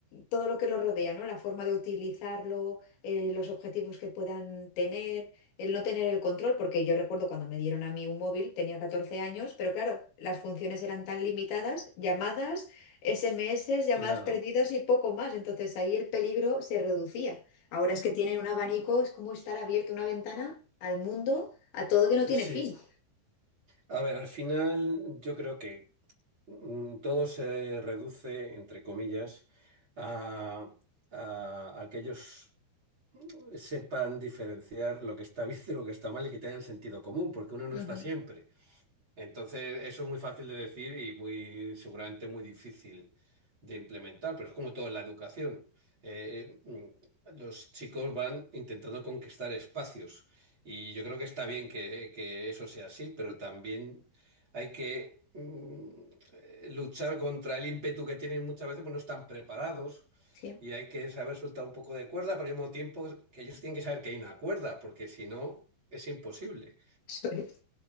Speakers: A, on the left (about 75°); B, on the right (about 30°).
A: todo lo que lo rodea, ¿no? La forma de utilizarlo eh, los objetivos que puedan tener, el no tener el control, porque yo recuerdo cuando me dieron a mí un móvil, tenía 14 años, pero claro, las funciones eran tan limitadas, llamadas, SMS, llamadas
B: Claro,
A: perdidas y poco más, entonces ahí el peligro se reducía. Ahora es que tienen un abanico, es como estar abierto una ventana al mundo, a todo que no
B: eh,
A: tiene
B: sí.
A: fin.
B: A ver, al final yo creo que mm, todo se reduce, entre comillas, a, a, a que ellos sepan diferenciar lo que está <laughs> bien de lo que está mal y que tengan sentido común, porque uno no
A: Ujú,
B: está siempre. Entonces, eso es muy fácil de decir y muy, seguramente muy difícil de implementar, pero es como todo en la educación. Eh, mm, los chicos van intentando conquistar espacios y yo creo que está bien que, que eso sea así, pero también hay que mm, eh, luchar contra el ímpetu que tienen muchas veces, pues no están preparados.
A: Sí. <laughs>
B: Y hay que saber soltar un poco de cuerda, pero al mismo tiempo que ellos tienen que saber que hay una cuerda, porque si no, es imposible.
A: Eso es.